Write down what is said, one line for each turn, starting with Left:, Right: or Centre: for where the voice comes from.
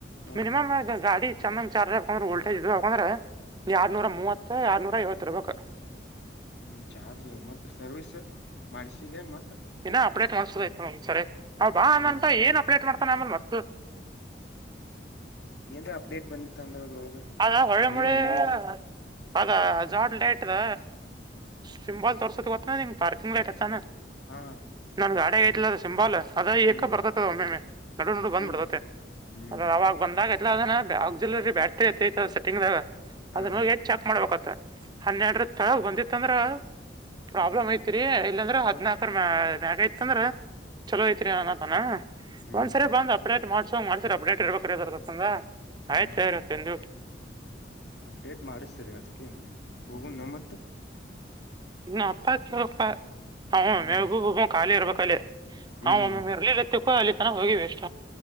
Left: ಹ್ಮ್
Right: ಮಿನಿಮಮ್ ಗಾಡಿ <inaudible> ಚಾಮನ್ ಚಾರ್ಜ್ ಹಾಕಂದ್ರೆ ವೋಲ್ಟೇಜ್ ಇ ಯಾಕಂದ್ರೆ ಆರ್ನೂರ ಮೂವತ್ತು ಆರ್ನೂರ ಐವತ್ತು ಇರ್ಬೇಕು <unintelligible>
Left: ಹ್ಮ್ ಚಾರ್ಜ್ ಮತ್ತತ್ ಸರ್ವಿಸ್ ಮಾಡ್ಸಿದ್ದೇನ್ ಮತ್ತ
Right: ಇನ್ನ ಅಪ್ಡೇಟ್ ಮಾಡ್ಸೋದಯ ಒಂದ್ ಸರಿ ನಾ ಬಾ ಅಂದ
Left: ಹಾ
Right: ಅಂತ ಏನ್ ಅಪ್ಡೇಟ್ ಮಾಡ್ತಾನ ಆಮೇಲ್ ಮತ್ತ <unintelligible> ಹಾಂ <unintelligible>
Left: ಏನ್್ರ ಅಪ್ಡೇಟ್ ಬಂದಿತ್ತ ಅಂದ್ರ ಅದ್ರೊಳಗ
Right: ಆ ಹೊಳೆ
Left: ನೀವು
Right: ಮಳೆ <unintelligible>
Left: ನೀವು
Right: ಅದ ಜಾಡ್ ಲೈಟ್ ಅದ ಸಿಂಬಾಲ್ ತೋರ್ಸೋದ ಗತ್ತನ ನಿಂಗ್ ಪಾರ್ಕಿಂಗ್ ಲೈಟ್ ಅತ್ತಾನ <unintelligible>
Left: ಹಾ
Right: ನ ಗಾಡೆ ಗ ಇಲ ಸಿಂಬಾಲಲ್ <unintelligible> ಅದ ಏಕ
Left: ಹ್ಮ್
Right: ಬರ್ತತದ ಒಮ್ಮೆಮ್ಮೆ ನಡು ನಡು ಬಂದ್
Left: ನಿಮ್
Right: ಬಿಿಡ್ತತೆ
Left: ಹ್ಮ್
Right: ಅದ ಅವಾಗ ಬಂದಾಗ <unintelligible> ಇ ಅದ ಆಗ್ುಲರಿ ಬ್ಯಾಟ್ರಿ ಐೈ ಸೆಟ್ಟಿಂಗ್ ದಾಗ ಅದನ್ನ
Left: ಹಾ
Right: ಹೋಗಿ ಚೆಕ್ ಮಾಡ್ಬೇಕತ್ತ <unintelligible> ಹನ್ನೆರಡರ ತಳ ಬಂದಿತ್ತಂದ್ರ ಪ್ರಾಬ್ಲಮ್ ಐತಿರಿ ಇಲ್ಲಾಂದ್ರ ಹದ್ನಾಾಲ್ಕರ ಮ ಮ್ಯಾಗ ಐತ್ಂದ್ರ ಚಲೋ ಐತ್ರಿ ಅತಾನ
Left: ಹ್ಮ್
Right: ಒಂದ್ಸರಿ ಬಂದ ಅಪ್ಡೇಟ್ ಮಾಡ್ಸೋ್ ಮಾಡ್ಸರಿ ಅಪ್ಡೇಟ್ ಇರ್ಬೇಕು ರದ ತಂದ ಆಯ್ತ
Left: ಹಾ
Right: ಜೂಟ್
Left: ಅಪ್ಡೇಟ್ ಮಾಡಿಸತ್ರರಿ ಅದ್ಕ್ಕನ್ಲ್ಲಿ ಹೋಗ ನಮ್ಮತ್ತ
Right: ಇನ್ನು ಅತ್ತ ಕೇಳಪ್ಪ ನಾವು
Left: ಹ್ಮ
Right: ಮೇಗೂಬ ಖಾಲಿ ಇರ್ಬೇಕಲ್ಲಿ <unintelligible>
Left: ಹ್ಮ್
Right: ಹಾ ಒಮ್ಮೆ ಇರ್ಲಿ ಇರ್ತ್ತಕ್ಕ ಅಲ್ಲಿ ತನ ಹೋಗಿ ವ ಎಷ್ಟ